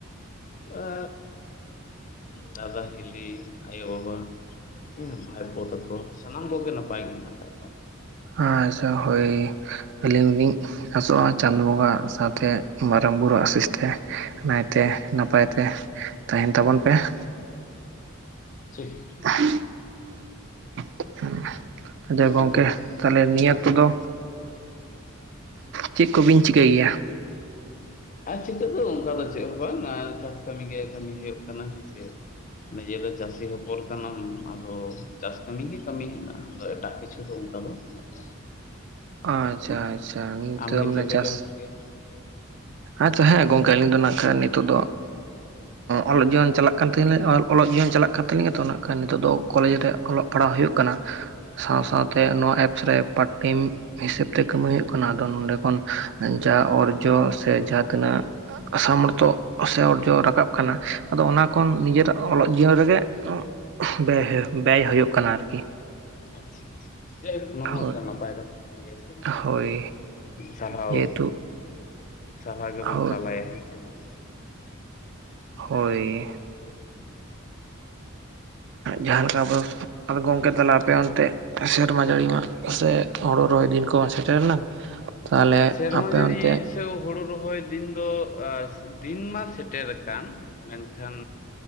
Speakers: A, on the left (about 40°); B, on the right (about 55°).
A: ᱟ ᱫᱟᱫᱟ, ᱦᱤᱞᱤ, ᱟᱭᱳ ᱵᱟᱵᱟ ᱦᱮᱸ ᱵᱷᱟᱭᱯᱚᱛᱟᱠᱚ, ᱥᱟᱱᱟᱢ ᱠᱚᱜᱮ ᱱᱟᱯᱟᱭ ᱜᱮ ᱦᱮᱱᱟᱜ ᱟᱠᱟᱫ ᱠᱚᱣᱟ ᱾
B: ᱟᱪᱪᱷᱟ ᱦᱳᱭ, ᱟᱹᱞᱤᱧᱞᱤᱧ ᱟᱥᱚᱜᱼᱟ ᱪᱟᱸᱫ ᱵᱚᱸᱜᱟ, ᱥᱟᱶᱛᱮ ᱢᱟᱨᱟᱝ ᱵᱩᱨᱩ ᱟᱥᱤᱥ ᱛᱮ, ᱱᱟᱭᱛᱮ ᱱᱟᱯᱟᱭᱛᱮ ᱛᱟᱦᱮᱱ ᱛᱟᱵᱚᱱ ᱯᱮ ᱾
A: ᱴᱷᱤᱠ
B: <unintelligible> ᱟᱫ ᱜᱚᱝᱠᱮ
A: ᱟᱫᱚ
B: ᱛᱟᱦᱚᱞᱮ ᱱᱤᱭᱟᱹ
A: ᱦᱮᱸ
B: ᱚᱠᱚᱫᱚ ᱫᱚ, ᱪᱮᱫ ᱠᱚᱵᱤᱱ ᱪᱤᱠᱟᱹᱭ ᱜᱮᱭᱟ?
A: ᱟᱨ ᱪᱤᱠᱟᱹᱜ ᱫᱚ ᱚᱱᱠᱟ ᱫᱚ ᱪᱮᱫ ᱦᱚᱸ ᱵᱟᱝ, ᱟ ᱪᱟᱥ ᱠᱟᱹᱢᱤ ᱜᱮ ᱠᱟᱹᱢᱤ ᱦᱩᱭᱩᱜ ᱠᱟᱱᱟ ᱦᱮᱸᱥᱮ ᱾ ᱱᱤᱡᱮ ᱫᱚ ᱪᱟᱹᱥᱤ ᱦᱚᱯᱚᱱ ᱠᱟᱱᱟᱢ, ᱟᱫᱚ ᱪᱟᱥ ᱠᱟᱹᱢᱤ ᱜᱮ ᱠᱟᱹᱢᱤ ᱦᱮᱱᱟᱜᱼᱟ, ᱟᱫᱚ ᱮᱴᱟᱜ ᱠᱤᱪᱷᱩ ᱫᱚ ᱚᱱᱠᱟ ᱫᱚ ᱵᱟᱹᱱᱩᱜᱼᱟ
B: ᱟᱪᱪᱷᱟ, ᱟᱪᱪᱷᱟ
A: ᱟᱢᱜᱮ
B: ᱢᱟᱱᱮ
A: ᱪᱮᱫ
B: ᱪᱟᱥ
A: <unintelligible>
B: ᱟᱪᱪᱷᱟ ᱦᱮᱸ ᱜᱚᱝᱠᱮ, ᱟᱹᱞᱤᱧ ᱫᱚ ᱱᱟᱜ ᱠᱷᱟᱱ ᱱᱤᱛᱚᱜ ᱫᱚ ᱚᱞᱜ ᱚᱞᱚᱜ ᱡᱤᱭᱚᱱ ᱪᱟᱞᱟᱜ ᱠᱟᱱ ᱛᱤᱧ ᱚᱞᱚᱜ ᱡᱤᱭᱚᱱ ᱪᱟᱞᱟᱜ ᱠᱟᱱ ᱛᱟᱞᱤᱧᱟ ᱛᱚ ᱚᱱᱟ ᱠᱷᱟᱱ ᱱᱚᱜ ᱫᱚ ᱠᱚᱞᱮᱡᱽ ᱨᱮ ᱚᱞᱚᱜ ᱯᱟᱲᱦᱟᱣ ᱦᱩᱭᱩᱜ ᱠᱟᱱᱟ, ᱥᱟᱶ
A: ᱟᱪᱪᱷᱟ
B: ᱥᱟᱶᱛᱮ ᱱᱚᱣᱟ ᱮᱯᱥ ᱨᱮ ᱯᱟᱴ ᱴᱟᱭᱤᱢ ᱦᱤᱥᱟᱹᱵ ᱛᱮ ᱠᱟ. ᱢᱤ ᱦᱩᱭᱩᱜ ᱠᱟᱱᱟ, ᱟᱫᱚ ᱱᱚᱰᱮ ᱠᱷᱚᱱ ᱡᱟ ᱚᱨ ᱡᱚ ᱥᱮ ᱡᱟᱦᱟᱸ ᱛᱤᱱᱟᱹᱜ, ᱥᱟᱢᱚᱨᱛᱷᱚ, ᱥᱮ ᱚᱨᱡᱚ ᱨᱟᱠᱟᱵ ᱠᱟᱱᱟ, ᱟᱫᱚ ᱚᱱᱟ ᱠᱷᱚᱱ ᱱᱤᱡᱮᱨᱟᱜ ᱚᱞᱚᱜ ᱡᱤᱭᱚᱱ ᱨᱮᱜᱮ ᱩ ᱵᱮ ᱵᱮᱭ ᱦᱩᱭᱩᱜ ᱠᱟᱱᱟ ᱟᱨᱠᱤ᱾
A: ᱟᱪᱪᱷᱟ, ᱟᱪᱪᱷᱟ ᱡᱮ ᱚᱱᱟ ᱦᱚᱸ
B: ᱦᱳᱭ
A: ᱢᱮᱫᱴᱟ ᱱᱟᱯᱟᱭ ᱠᱟᱛᱷᱟ ᱠᱟᱱ ᱜᱮᱭᱟ ᱥᱮ ᱾
B: ᱦᱳᱭ
A: ᱥᱟᱨᱦᱟᱣ,
B: ᱡᱮᱦᱮᱛᱩ
A: ᱥᱟᱨᱦᱟᱣ ᱜᱮᱵᱚᱱ
B: ᱦᱳᱭ
A: ᱪᱟᱞᱟᱭᱟ ᱦᱮᱸᱥᱮ ᱵᱟᱝ?
B: ᱦᱳᱭ᱾ ᱡᱟᱦᱟᱸ ᱞᱮᱠᱟ ᱟᱵᱚ ᱟ ᱜᱚᱝᱠᱮ ᱛᱟᱦᱞᱮ ᱟᱯᱮ ᱚᱱᱛᱮ ᱥᱮᱨᱢᱟ ᱡᱟᱹᱲᱤ ᱢᱟ ᱥᱮ ᱦᱳᱲᱳ ᱨᱚᱦᱚᱭ ᱫᱤᱱ ᱠᱚ ᱦᱚᱸ ᱥᱮᱴᱮᱨᱮᱱᱟ᱾ ᱛᱟᱦᱚᱞᱮ
A: ᱥᱮᱨᱢᱟ
B: ᱟᱯᱮ
A: ᱡᱟᱹᱲᱤ
B: ᱚᱱᱛᱮ
A: ᱥᱮ ᱦᱩᱲᱩ ᱨᱚᱦᱚᱭ ᱫᱤᱱ ᱫᱚ ᱟᱸ ᱫᱤᱱ ᱢᱟ ᱥᱮᱴᱮᱨ ᱟᱠᱟᱱ᱾ ᱢᱮᱱᱠᱷᱟᱱ